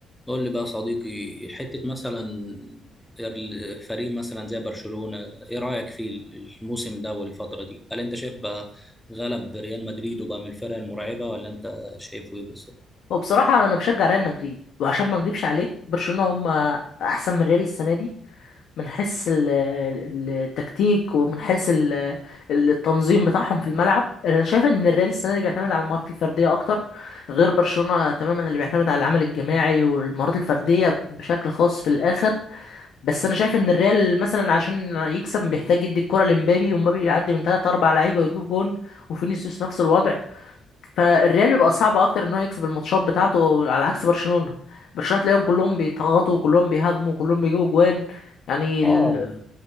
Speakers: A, in the centre; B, on the left.
A: قول لي بقى يا صديقي حتة مثلا الفريق مثلا زي برشلونة ايه رأيك في الموسم ده والفترة دي هل انت شايف بقى غلب ريال مدريد وبقى من الفرق المرعبة ولا انت شايفه ايه بالظبط
B: وبصراحة أنا بشجع ريال مدريد وعشان ما أكدبش عليك برشلونة هم أحسن من ريال السنة دي من حيث ال- ال- التكتيك ومن حيث ال- ال- التنظيم بتاعهم في الملعب أنا شايف إن الريال السنة دي بيعتمد على المهارات الفردية أكتر غير برشلونة تماما اللي بيعتمد على العمل الجماعي والمهارات الفردية بشكل خاص في الآخر بس أنا شايف إن الريال مثلا عشان يكسب بيحتاج يدي الكرة لمبابي ومبابي يعدي من تلات أربع لعيبة ويجيب جون وفينيسيوس نفس الوضع فالريال بيبقى صعب اكتر ان هو يكسب الماتشات بتاعته على عكس برشلونة برشلونة تلاقيهم كلهم بيتغطوا كلهم بيهاجموا كلهم بيجيبوا جوان يعني ال...
A: اه